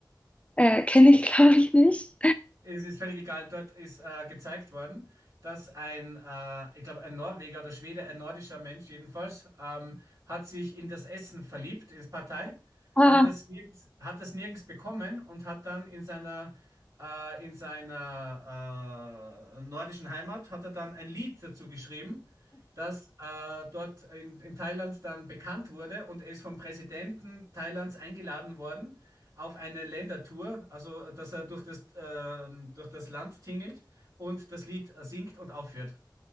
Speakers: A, on the left; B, on the right.
A: Äh, kenne ich, <laughs> glaube ich, nicht.
B: Es ist völlig egal, dort ist äh, gezeigt worden, dass ein, äh, ich glaube, ein Norweger oder Schwede, ein nordischer Mensch jedenfalls, ähm, hat sich in das Essen verliebt, in das Partei,
A: Ah,
B: hat das nirgends, hat das nirgends bekommen und hat dann in seiner äh, in seiner äh, nordischen Heimat hat er dann ein Lied dazu geschrieben das äh, dort in, in Thailand dann bekannt wurde und er ist vom Präsidenten Thailands eingeladen worden auf eine Ländertour, also äh, dass er durch das, ähm, durch das Land tingelt und das Lied äh, singt und aufführt.